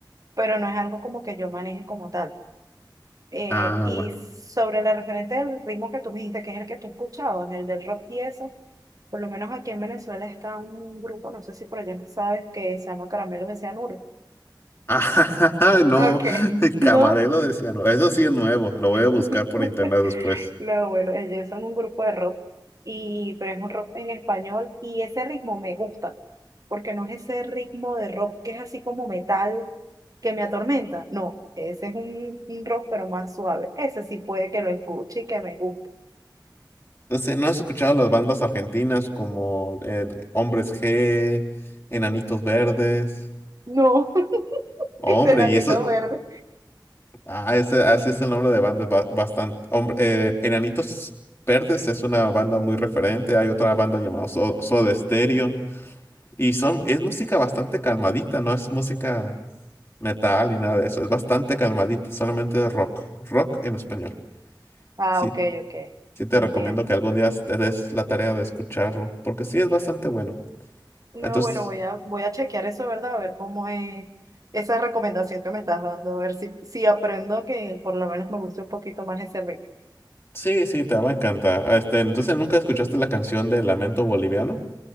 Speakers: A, on the right; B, on the left.
A: pero no es algo como que yo maneje como tal. Eh,
B: Ah,
A: y
B: bueno. <laughs>
A: sobre la referente del ritmo que tú me dijiste, que es el que tú escuchabas, el del rock y eso, por lo menos aquí en Venezuela está un grupo, no sé si por allá sabes, que se llama Caramelos de Cianuro.
B: Ah, no,
A: Ok,
B: Camarelo
A: ¿no?
B: decía, no, eso sí es nuevo, lo voy
A: <laughs>
B: a buscar por internet después.
A: No, bueno, ellos son un grupo de rock, y, pero es un rock en español y ese ritmo me gusta, porque no es ese ritmo de rock que es así como metal que me atormenta. No, ese es un, un rock pero más suave. Ese sí puede que lo escuche y que me guste.
B: No sé, ¿no has escuchado las bandas argentinas como eh, Hombres G, Enanitos Verdes?
A: No, <laughs>
B: Hombre,
A: este nanito
B: y eso,
A: verde.
B: ah, ese, así es el nombre de bandas bastante. Hombre, eh, Enanitos Verdes es una banda muy referente. Hay otra banda llamada So- Soda Stereo. Y son, es música bastante calmadita, no es música metal ni nada de eso. Es bastante calmadita, solamente rock. Rock en español.
A: Ah,
B: Sí,
A: ok, ok,
B: sí te
A: entiendo.
B: recomiendo que algún día te des la tarea de escucharlo, porque sí es bastante bueno.
A: No,
B: Entonces.
A: bueno, voy a, voy a chequear eso, ¿verdad? A ver cómo es esa recomendación que me estás dando, a ver si, si aprendo que por lo menos me guste un poquito más ese ritmo.
B: Sí, sí, te va a encantar. Ah, Este, entonces, ¿nunca escuchaste la canción de Lamento Boliviano?